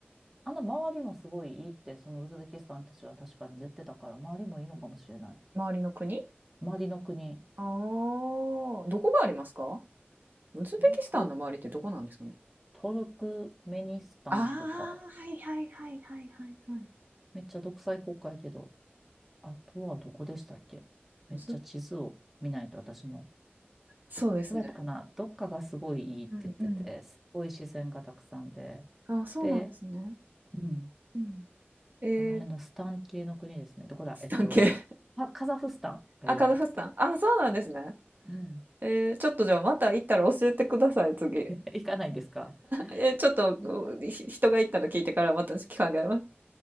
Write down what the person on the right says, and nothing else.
周りの国
ああー、どこがありますかウズベキスタンの周りってどこなんですかね
ああ、はいはいはいはいはいはい。
ウズそうですね。
うんうん。
あ、そうなんですね。
うん。えー、
スタン系
あ、カザフスタン。あ、そうなんですね。
えーちょっとじゃあまた行ったら教えてください、次。<laughs>
えーちょっとうひ人が行ったの聞いてからまた考えます。